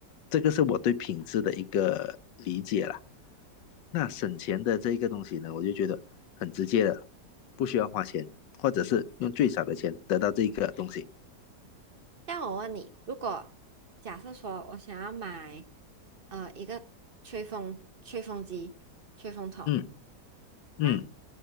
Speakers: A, on the left; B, on the right.
A: 这个是我对品质的一个理解啦。那省钱的这一个东西呢，我就觉得很直接的，不需要花钱，或者是用最少的钱得到这个东西。
B: 像我问你，如果假设说我想要买呃一个吹风吹风机、吹风筒，
A: 嗯
B: 那
A: 嗯